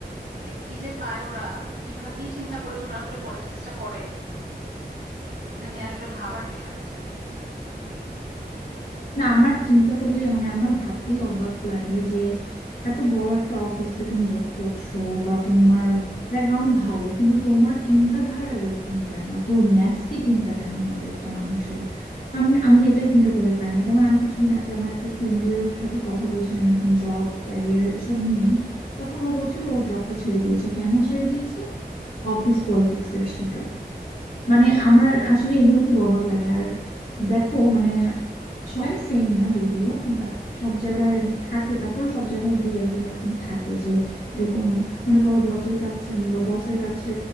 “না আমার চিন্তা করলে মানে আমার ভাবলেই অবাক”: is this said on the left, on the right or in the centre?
Left